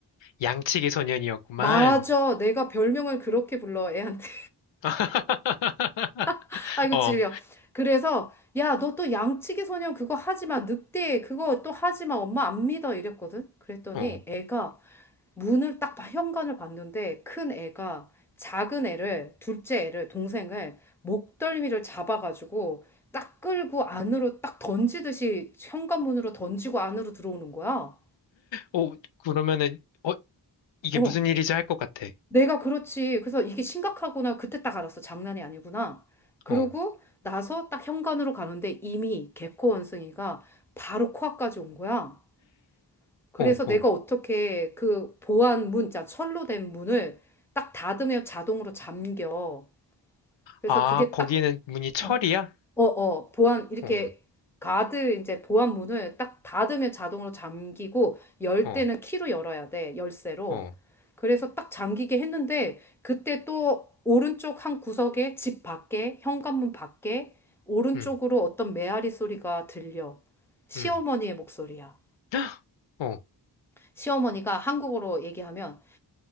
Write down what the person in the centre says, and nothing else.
맞아, 내가 별명을 그렇게 불러, 애한테.
<laughs>
아이고, 찔려. 그래서, 야, 너 또 양치기 소년 그거 하지 마. 늑대, 그거 또 하지 마. 엄마 안 믿어. 이랬거든. 그랬더니
애가 문을 딱 봐- 현관을 봤는데 큰 애가 작은 애를 둘째 애를 동생을 목덜미를 잡아가지고 딱 끌고 안으로 딱 던지듯이 현관문으로 던지고 안으로 들어오는 거야.
어,
내가 그렇지. 그래서 이게 심각하구나. 그때 딱 알았어. 장난이 아니구나. 그러고
나서 딱 현관으로 가는데 이미 개코 원숭이가 바로 코앞까지 온 거야. 그래서
내가 어떻게 그 보안 문, 자, 철로 된 문을 딱 닫으면 자동으로 잠겨. 그래서
그게
딱,
어, 어, 어, 보안, 이렇게
가드, 이제 보안 문을 딱 닫으면 자동으로 잠기고, 열
때는 키로 열어야 돼, 열쇠로.
그래서 딱 잠기게 했는데, 그때 또 오른쪽 한 구석에 집 밖에, 현관문 밖에, 오른쪽으로
어떤 메아리 소리가 들려. 시어머니의
목소리야.
시어머니가 한국어로 얘기하면,